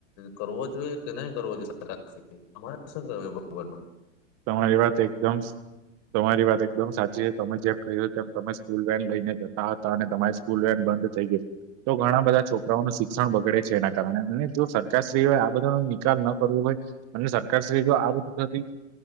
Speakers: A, on the left (about 50°); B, on the right (about 45°).
A: કરવો જોઈએ કે નહી કરવો જોઈએ સરકારથી તમારે શું કે બર
B: તમારી વાત એકદમ તમારી વાત એકદમ સાચી છે તમે જેમ કહ્યું તેમ તમે સ્કૂલ વાન લઈને જતા હતા અને તમારે સ્કૂલ વાન બંધ થઈ ગઈ તો ઘણા બધા છોકરાઓનું શિક્ષણ બગડે છે એના કારણે અને જો સરકારશ્રીઓએ આ બધા નો નિકાલ ન કરવો હોય અને સરકાર શ્રી જો આ બધું થતી